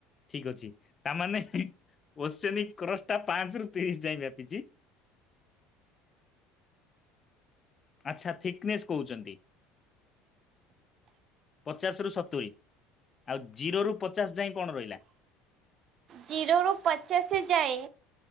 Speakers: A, on the left; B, on the right.
A: ଠିକ ଅଛି ତାମାନେ <unintelligible> ଓନ କ୍ରସ ଟା ପାଞ୍ଚ ରୁ ତିରିଶ ଯାଇଏ ବ୍ୟାପିଛି ଆଚ୍ଛା ଥିକନେସ୍ କହୁଛନ୍ତି ପଚାଶ ରୁ ସତୁରି ଆଉ ଜିରୋ ରୁ ପଚାଶ ଯାଏ କଣ ରହିଲା।
B: ଜିରୋରୁ ପଚାଶ ଯାଏ